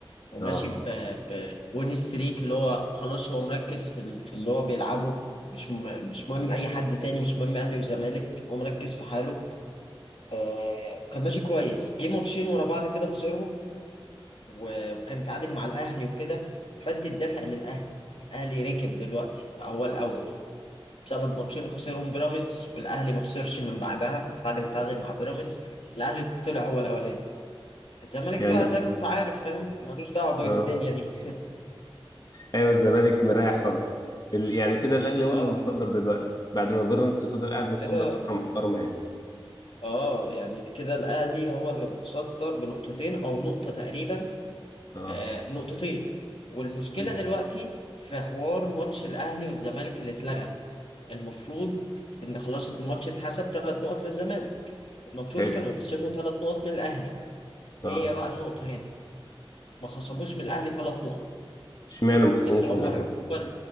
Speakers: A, on the left; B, on the left.
A: وماشي
B: اه
A: ب بوين ستريك اللي هو خلاص هو مركز في ال... في اللي هو بيلعبه مش م... مش مهم أي حد تاني مش مهم أهلي وزمالك هو مركز في حاله آه... كان ماشي كويس جه ماتشين ورا بعض كده خسرهم و- وكان تعادل مع الأهلي وكده فادي الدافع للأهلي الأهلي ركب دلوقتي بقى هو الأول بسبب ماتشين خسرهم بيراميدز والأهلي ما خسرش من بعدها بعد ما تعادل مع بيراميدز الأهلي طلع هو الأولاني الزمالك
B: يعني
A: بقى زي ما انت عارف فاهم ملوش دعوه بالدنيا
B: اه
A: دي <laughs>
B: ايوه الزمالك مريح خالص ال- يعني كده الاهلي هو
A: اه
B: اللي متصدر دلوقتي بعد ما بيراميدز فضل قاعد متصدر
A: كده
B: فتره محترمه يعني
A: اه يعني كده الاهلي هو اللي متصدر بنقطتين او نقطه تقريبا
B: اه
A: آه نقطتين والمشكله
B: مم.
A: دلوقتي في حوار ماتش الاهلي والزمالك اللي اتلغى المفروض ان خلاص الماتش اتحسب ثلاث نقط للزمالك المفروض
B: حلو
A: كانوا يقسموا ثلاث نقط من الاهلي هي
B: اه
A: بقى النقطه هنا ما خصموش من الاهلي ثلاث نقط
B: اشمعنى ما خصموش
A: اللي هو
B: من الاهلي
A: العقوبة
B: ده